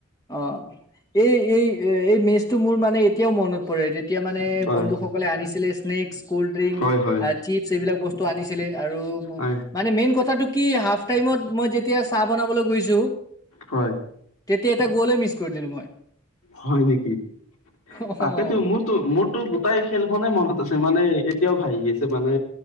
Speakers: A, on the left; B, on the left.
A: অ', এই, এই, এই, মেচটো মোৰ মানে এতিয়াও মনত পৰে। এতিয়া মানে
B: হয়
A: বন্ধুসকলে
B: হয়
A: আনিছিলে স্নেকস, কোল্ড ড্ৰিংক,
B: হয় হয়
A: চিপছ, এইবিলাক বস্তু আনিছিলে আৰু
B: হয়
A: মানে মেইন কথাটো কি হাফ টাইমত মই যেতিয়া চাহ বনাবলৈ গৈছো
B: হয়।
A: তেতিয়া এটা গ'লেই মিছ কৰি দিলো মই।
B: হয় নেকি?
A: অ',
B: তাকেতো, মোৰতো মোৰতো গোটাই খেল নে মনত আছে মানে এতিয়াও ভাহি আছে মানে